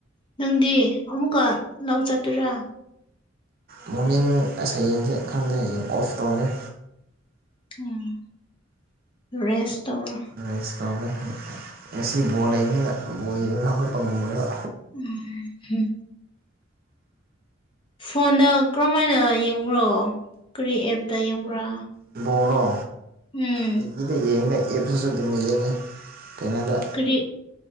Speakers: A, on the left (about 25°); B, on the right (about 50°).
A: ꯅꯪꯗꯤ ꯑꯃꯨꯛꯀ ꯂꯧ ꯆꯠꯇꯣꯏꯔꯥ
B: ꯃꯣꯔꯅꯤꯡ ꯑꯁ ꯍꯌꯦꯡꯁꯦ ꯈꯪꯗꯦ ꯍꯌꯦꯡ ꯑꯣꯐ ꯇꯧꯔꯒꯦ
A: ꯎꯝ ꯔꯦꯁ ꯇꯧꯔꫭ
B: ꯔꯦꯁ ꯇꯧꯒꯦ ꯉꯁꯤ ꯕꯣꯜ ꯂꯩꯕꯅꯤꯅ ꯕꯣꯜ ꯌꯦꯡꯉꯒ ꯍꯧꯒꯠꯄ ꯉꯝꯃꯣꯏꯕ
A: ꯎꯝ ꯐꯣꯟꯗ ꯀꯔꯝꯃꯥꯏꯅ ꯌꯦꯡꯕ꯭ꯔꯣ ꯀꯔꯤ ꯑꯦꯞꯇ ꯌꯦꯡꯕ꯭ꯔꯥ
B: ꯕꯣꯜꯂꯣ
A: ꯎꯝ
B: ꯇꯤꯚꯤꯗ ꯌꯦꯡꯉꯦ ꯑꯦꯞꯇꯁꯨ ꯑꯗꯨꯝ ꯌꯦꯡꯉꯦ ꯀꯩꯅꯣꯗ
A: ꯀꯔꯤ